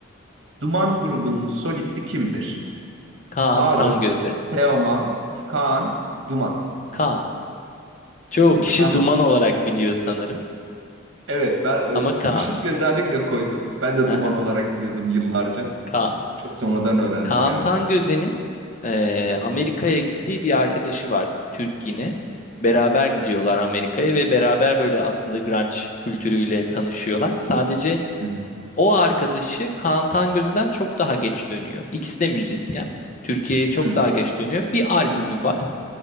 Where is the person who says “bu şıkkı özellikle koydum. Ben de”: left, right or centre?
Right